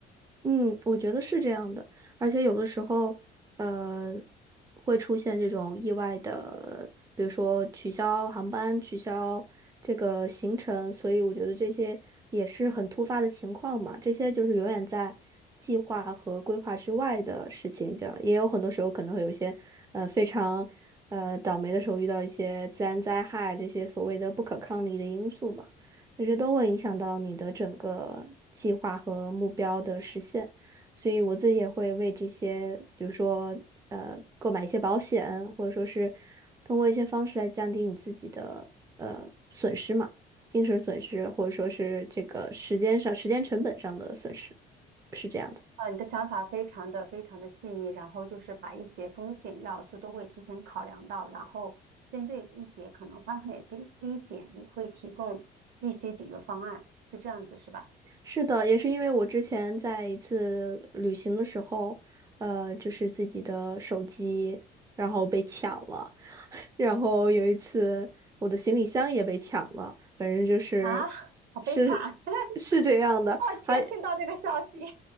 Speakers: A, on the right (about 20°); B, on the right (about 75°).
A: 嗯，我觉得是这样的，而且有的时候，呃，会出现这种意外的，比如说取消航班、取消这个行程，所以我觉得这些也是很突发的情况嘛，这些就是永远在计划和规划之外的事情，这样也有很多时候可能会有一些，呃，非常，呃，倒霉的时候遇到一些自然灾害这些所谓的不可抗力的因素嘛。这些都会影响到你的整个计划和目标的实现。所以我自己也会为这些，比如说呃，购买一些保险，或者说是通过一些方式来降低你自己的呃损失嘛，精神损失，或者说是这个时间上、时间成本上的损失，是这样的。
B: 呃，你的想法非常的非常的细腻，然后就是把一些风险要素都会提前考量到，然后针对一些可能发生的危危险，你会提供一些解决方案，是这样子是吧？
A: 是的，也是因为我之前在一次旅行的时候，呃，就是自己的手机，然后被抢了，<laughs> 然后有一次我的行李箱也被抢了，反正就是
B: 啊，好悲惨，
A: 是
B: <laughs>
A: 是这样的，
B: 抱歉听到这个消息。
A: 还